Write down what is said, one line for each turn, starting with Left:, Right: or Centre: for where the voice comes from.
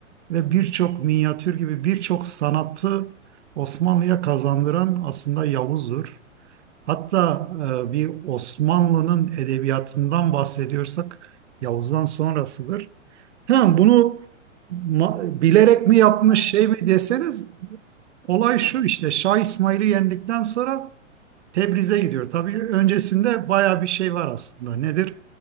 Right: ve birçok minyatür gibi birçok sanatı Osmanlı'ya kazandıran aslında Yavuz'dur. Hatta e, bir Osmanlı'nın edebiyatından bahsediyorsak Yavuz'dan sonrasıdır. Hem bunu ma- bilerek mi yapmış
Left: Aa,
Right: şey mi deseniz olay
Left: Bir de-
Right: şu işte Şah İsmail'i yendikten sonra Tebriz'e gidiyor. Tabii öncesinde baya bir şey var aslında. Nedir?